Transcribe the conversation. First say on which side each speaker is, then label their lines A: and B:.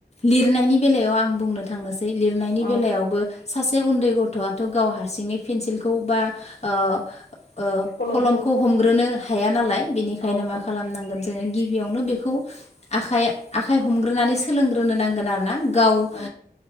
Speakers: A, on the left (about 40°); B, on the left (about 85°).
A: लिरनायनि बेलायाव आं बुंनो थांनोसै लिरनायनि
B: अ
A: बेलायावबो सासे उन्दै गथ'आथ' गाव हारसिङै पेन्सिलखौ बा ओ ओ
B: कलमखौ
A: खलमखौ हमग्रोनो हाया नालाय बेनिखायनो
B: औ
A: मा
B: औ
A: खालामनांगोन जोङो गिबियावनो बेखौ आखाइ आखाइ हमग्रोनानै सोलोंग्रोनो नांगोन आरो ना। गाव ओ
B: औ